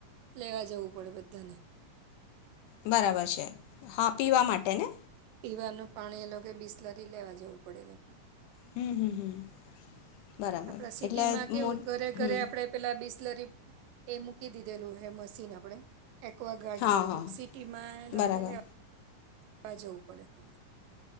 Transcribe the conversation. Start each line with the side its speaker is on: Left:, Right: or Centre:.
Right: લેવા જવું પડે બધાને.
Left: બરાબર છે. હા પીવા માટે ને.
Right: પીવાનું પાણી એ લોકો બિસ્લરી લેવા જવું પડે એ લોકો.
Left: હમ હમ હમ. બરાબર
Right: આપડા સિટી
Left: એટલે
Right: માં કેવું
Left: મો
Right: ઘરે
Left: હમ
Right: ઘરે આપડે પેલા બિસ્લટ. એ મૂકી દીધેલું હે મશીન આપણે. એકવાગાર્ડ
Left: હા
Right: ને બધું
Left: હા
Right: સિટીમાં એ લોકો
Left: બરાબર
Right: ને લે. આ જવું પડે.